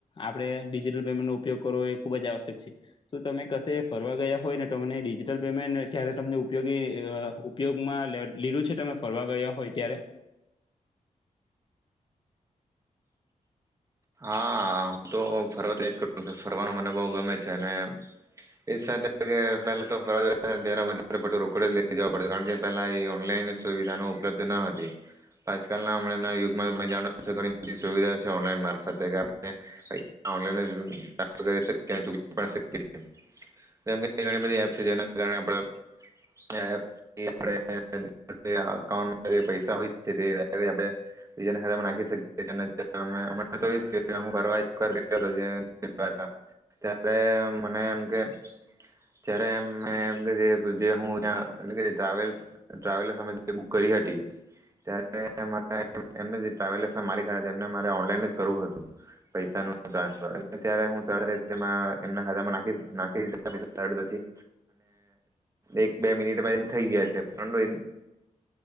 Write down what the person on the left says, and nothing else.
આપણે ડિજિટલ પેમેન્ટનો ઉપયોગ કરવો એ ખૂબ જ આવશ્યક છે શુ તમે કશે ફરવા ગયા હોય ને તમને ડિજિટલ પેમેન્ટ ત્યારે તમને ઉપયોગી ઉપયોગમાં લીલું છે તમે? ફરવા ગયા હોય. ત્યારે.